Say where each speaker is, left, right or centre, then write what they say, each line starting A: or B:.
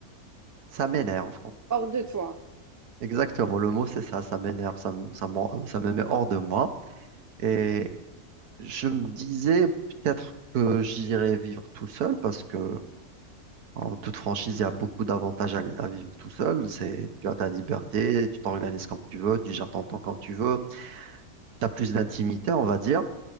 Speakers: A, on the right; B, on the right.
A: ça m'énerve.
B: hors de toi.
A: Exactement, le mot, c'est ça, ça m'énerve, ça, me- ça, me rend- ça me met hors de moi. Et je me disais peut-être que j'irais vivre tout seul parce que En toute franchise, il y a beaucoup d'avantages à, à vivre tout seul. C'est, tu as ta liberté, tu t'organises comme tu veux, tu gères ton temps comme tu veux. Tu as plus d'intimité, on va dire.